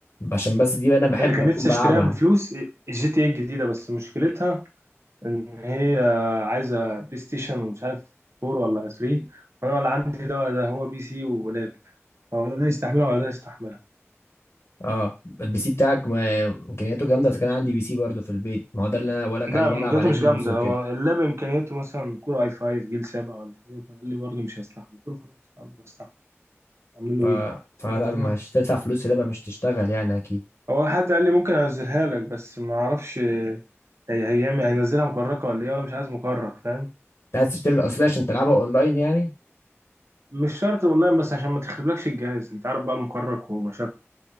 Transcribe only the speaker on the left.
عشان بس دي انا بحب
اكون
بلعبها
اه البي سي بتاعك ما- امكانياته جامده اذا كان عندي بي سي برضه في البيت ما هو ده اللي انا بقول لك
عليه
بلعب عليه
جيمز
وكده
ف
فمش
تدفع فلوس في لعبه مش تشتغل يعني اكيد
انت عايز تشتري الاصليه عشان تلعبها اونلاين يعني